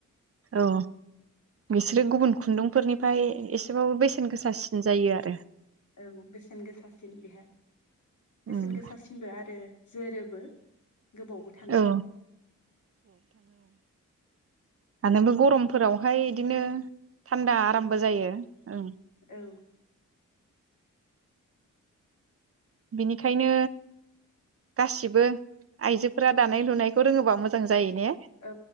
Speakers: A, on the right; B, on the left.
A: औ बिसोरो गुबुन खुन्दुंफोरनिफ्राय एसेबाबो बेसेन गोसासिन जायो आरो।
B: औ बेसेन गोसासिन बेहा बेसेन
A: उम
B: गोसासिनबो आरो जोरोबो गोबावबो थाङो।
A: औ आरो नोंबो गरमफोरावहाय इदिनो थान्दा
B: औ
A: आरामबो जायो ओ
B: औ
A: बिनिखायनो गासिबो आइजोफोरा दानाय लुनायखौ रोङोबा मोजां। जायो ने
B: औ